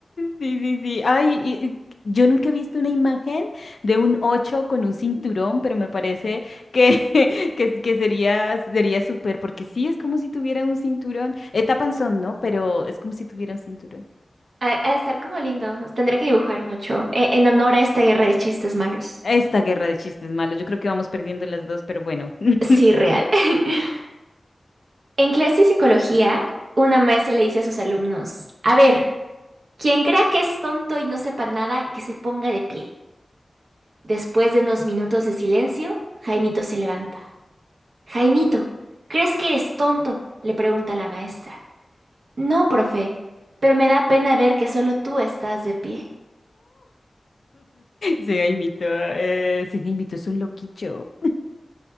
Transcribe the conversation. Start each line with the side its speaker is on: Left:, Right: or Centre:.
Left: Sí, sí, sí. Ay, y- y yo nunca he visto una imagen de un ocho con un cinturón, pero me parece que, <laughs> que, que sería, sería súper, porque sí, es como si tuviera un cinturón. Eh, tapanzón, ¿no? Pero es como si tuviera un cinturón.
Right: A, a estar como lindo. Tendré que dibujar un ocho e- en honor a esta guerra de chistes malos.
Left: Esta guerra de chistes malos, yo creo que vamos perdiendo las dos, pero bueno. <laughs>
Right: Sí, real. <laughs> En clase de psicología, una maestra le dice a sus alumnos, a ver. Quien crea que es tonto y no sepa nada, que se ponga de pie. Después de unos minutos de silencio, Jaimito se levanta. Jaimito, ¿crees que eres tonto? le pregunta la maestra. No, profe, pero me da pena ver que solo tú estás de pie.
Left: Se imito, eh, se imito, es un loquillo.